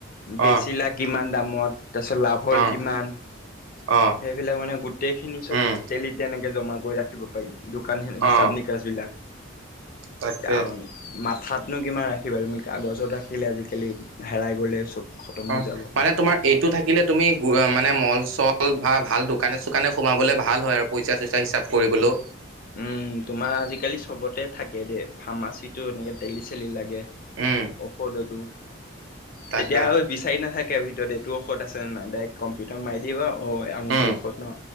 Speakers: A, on the left; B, on the right.
A: বেছিলা
B: অ
A: কিমান দামত তাৰপিছত লাভ হ'ল
B: অ
A: কিমান
B: অ
A: সেইবিলাক মানে গোটেই খিনি চব
B: উম
A: তেলিত তেনেকে জমা কৰি ৰাখিব পাৰি দোকান হিচাপ
B: অ
A: নিকা ছ বিলাক
B: তাকে
A: আও মথাত নো কিমান ৰাখিবা তুমি কাগজত ৰাখিলে আজিকালি হেৰাই গ'লে চব খতম
B: অ
A: হৈ যাব
B: মানে তোমাৰ এইটো থাকিলে তুমি অ মানে মল চল বা ভাল দোকানে চোকানে সোমাবলে ভা ভাল হয় আৰু পইচা চইচা হিচাপ কৰিবলো
A: উম, তোমাৰ আজিকালি চবতে থাকে দেই ফাৰ্মাচীটো এনেকে তেলি চেলি লাগে
B: উম
A: ঔষধতো
B: তাকে
A: তেতিয়া ঐ বিচাৰি নাথাকে ভিত ত এইটো ঔষধ আছে নে নাই ডাইৰেক্ট কম্পিউটাৰ মাৰি দিবা অ আমোকটো
B: উম
A: ঔষধ ন